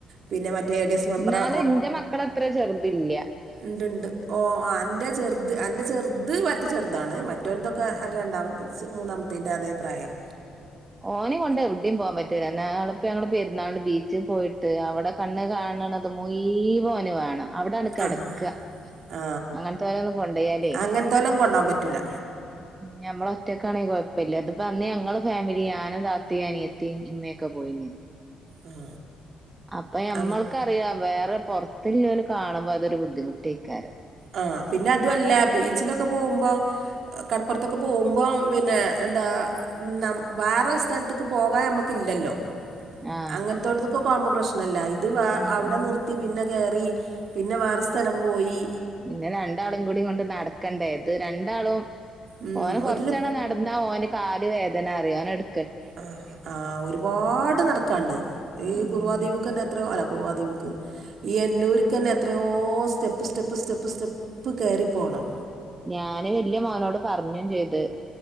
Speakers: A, on the right; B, on the right.
A: പിന്നെ മറ്റേ
B: ആ
A: എ ഡി എസ് മെമ്പറെ
B: എന്നാലും എന്റെ മക്കള് അത്ര ചെറുതല്ല
A: ഉണ്ട്ണ്ട് ഓ അന്റെ ചെറുത് അന്റെ ചെറുത് പറ്റ ചെറുതാണ് മാറ്റോൽതൊക്കെ
B: ആഹ്
A: അൻ്റെ രണ്ടാമത് മൂന്നാമത്തെന്റെ അതേപ്രായം
B: ഓനെ കൊണ്ട് എവിടയും പോവാൻ പറ്റൂല നാളിപ്പോ ഞങ്ങ പെരുന്നാള് ബീച്ചിൽ പോയിട്ട് അവിടെ കണ്ണ് കാണണത് മുയുവൻ ഓനു വിണം അവിടാ കിടക്ക
A: ആ ആ
B: അങ്ങനത്തോരൊന്നും കൊണ്ടോയാലേ
A: അങ്ങനത്തോലെ കൊണ്ടോൻ പറ്റൂല
B: ഞമ്മള ഒറ്റക്കാണെങ്കിൽ കുഴപ്പമില്ല അതിപ്പ അന്ന് ഞങ്ങള് ഫാമിലി ഞാനും താത്തി അനിയത്തി തിം ഉമ്മ ഒകെ പോയിന്
A: ആ
B: അപ്പൊ
A: അങ്ങനെ
B: മ്മൾക്കറിയാം വേറെ പുറത്തില്ലല് കാണുമ്പോ അതൊരു ബുദ്ധിമുട്ടിക്കാരം
A: ആ പിന്നെ അതുമല്ല ബീച്ചിലൊക്കെ പോകുമ്പോ കടപ്പുറത്തൊക്കെ പോകുമ്പോ പിന്നെ എന്താ ന വേറെരു സ്ഥലത്തക്ക് പോകാൻ നമ്മുക്ക ഇല്ലല്ലോ
B: ആഹ്
A: അങ്ങനത്തോടത്തൊക്കെ കോമ്പോ പ്രശ്നമല്ല ഇത്
B: ഉം
A: അവിടെ
B: ഉം
A: നിർത്തി പിന്നെ കേറി പിന്നെ വേറെ സ്ഥലം പോയി
B: പിന്നെ രണ്ടാളും കൂടി കൊണ്ട് നടക്കണ്ടേ അത് രണ്ടാളും
A: ഉം
B: ഓന കൊറച്ചണ
A: ഒരു
B: നടന്നാ ഓന് കാല് വേദന അറിയ ഓനെ എടു
A: ആ ആഹ് ഒരുപാട് നടക്കാണ്ട് ഈ
B: ഉം
A: കുർവാദ്വീപ്ക്കെന്നെത്രയ്യോ കുർവാദ്വീപ്ക്ക് ഈ എന്നൂര്ക്കെന്നെ എത്രയോ സ്റ്റെപ്പ് സ്റ്റെപ്പ് സ്റ്റെപ്പ് സ്റ്റെപ്പ് കേറിപ്പോണം
B: ഞാന് വല്യ മോനോട് പറഞ്ഞും ചെയ്ത്